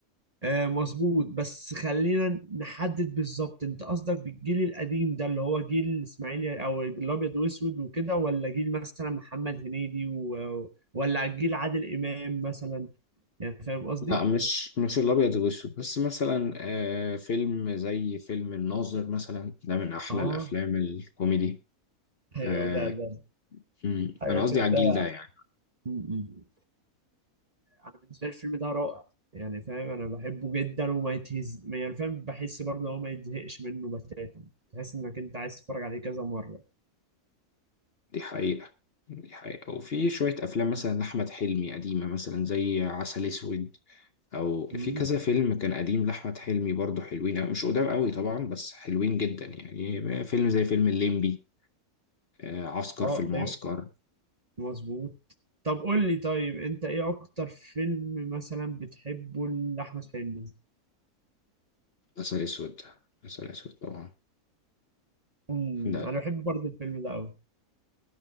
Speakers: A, on the right; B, on the left.
A: آه مظبوط بس خلينا نحدد بالظبط انت قصدك بالجيل القديم ده اللي هو جيل اسماعيل او الابيض واسود وكده ولا جيل مثلا محمد هنيدي و... ولا جيل عادل امام مثلا يعني فاهم قصدي
B: لا مش مش الأبيض والأسود بس مثلا آه فيلم زي فيلم الناظر مثلا ده من أحلى
A: اه
B: الأفلام الكوميدي
A: <laughs> ايوه
B: آه
A: ده ده
B: أمم،
A: حاجه
B: أنا قصدي
A: كده
B: على الجيل ده يعني.
A: م-م. انا بالنسبه لي الفيلم ده رائع يعني فاهم انا بحبه جدا وما يتهز يعني فاهم بحس برضه هو ما يتزهقش منه بتاتا تحس انك انت عايز تتفرج عليه كذا مره
B: دي حقيقة دي حقيقة وفي شوية أفلام مثلا لأحمد حلمي قديمة مثلا زي عسل أسود أو
A: م-م.
B: في كذا فيلم كان قديم لأحمد حلمي برضه حلوين أوي. مش قدام قوي طبعا بس حلوين جدا يعني فيلم زي فيلم الليمبي آه، عسكر
A: اه
B: في المعسكر
A: ايوه مظبوط طب قول لي طيب انت ايه اكتر فيلم مثلا بتحبه لاحمد حلمي
B: عسل أسود عسل أسود طبعا
A: امم
B: ده
A: انا بحب برضه الفيلم ده قوي